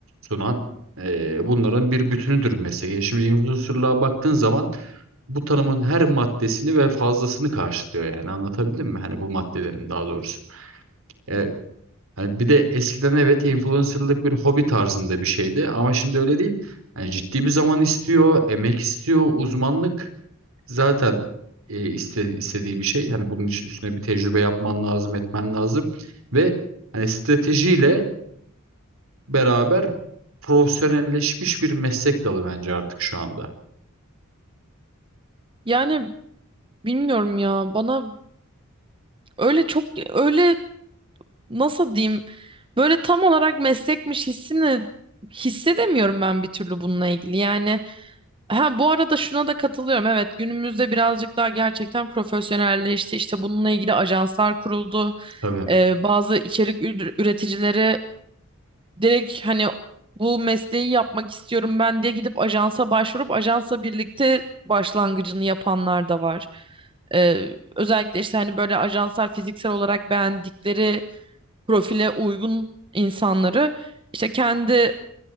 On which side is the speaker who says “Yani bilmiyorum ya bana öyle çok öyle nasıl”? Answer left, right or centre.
Right